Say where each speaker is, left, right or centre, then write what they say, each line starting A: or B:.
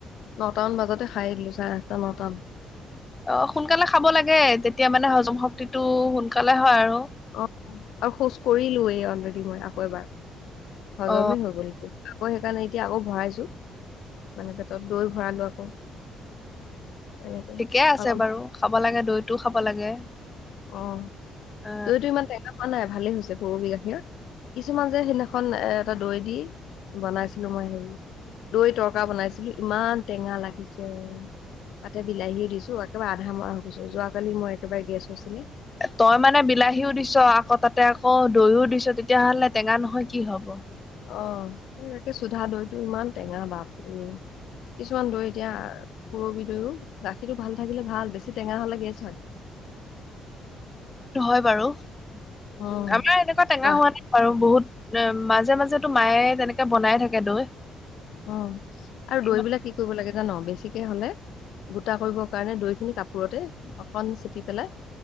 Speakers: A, on the left; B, on the left.
A: নটামান বাজতে খাই আহিলো চাৰে আঠটা নটা
B: অ, সোনকালে খাব লাগে তেতিয়া মানে হজম শক্তিটো সোনকালে হয় আৰু।
A: অ, আৰু শোচ কৰিলোৱেই অলৰেডি মই আকৌ এবাৰ হজমেই
B: অ
A: হৈ গল এতিয়া। মই সেইকাৰণে এতিয়া আকৌ ভৰাইছো। মানে পেটত দৈ ভৰালো আকৌ। এনেকে
B: ঠিকে আছে
A: অলপ
B: বাৰু খাব লাগে দৈটোও খাব লাগে।
A: অ,
B: অ
A: দৈটো ইমান টেকা হোৱা নাই ভালেই হৈছে পুৰবি গাখীৰত। কিছুমান যে সেইদিনাখন এ এটা দৈ দি বনাইছিলো মই হেৰি দৈ তৰকা বনাইছিলো ইমান টেঙা লাগিছে। তাতে বিলাহীও দিছো একেবাৰে আধা মৰা হৈ গছো, যোৱাকালি মই একেবাৰে গেছ হৈছিলে।
B: তই মানে বিলাহীও দিছো আকৌ তাতে আকৌ দৈও দিছো তেতিয়াহলে টেঙা নহয় কি হব।
A: অ, তাকে চোধা দৈটো ইমান টেঙা বাপৰে। কিছুমান দৈ এতিয়া পুৰবি দৈও গাখীৰটো ভাল থাকিলে ভাল বেছি টেঙা হ'লে গেছ হয়।
B: হয় বাৰু,
A: অ
B: উ আমাৰ এনেকুৱা টেঙা
A: বাহ
B: হোৱা নাই। আৰু বহুত মাজে মাজেতো মায়ে তেনেকে বনাই থাকে দৈ।
A: অ, আৰু দৈবিলাক
B: ইমান
A: কি কৰিব লাগে জানো বেছিকে হলে গোটা কৰিবৰ কাৰণে দৈ খিনি কাপোৰতে অকণ চেপি পেলাই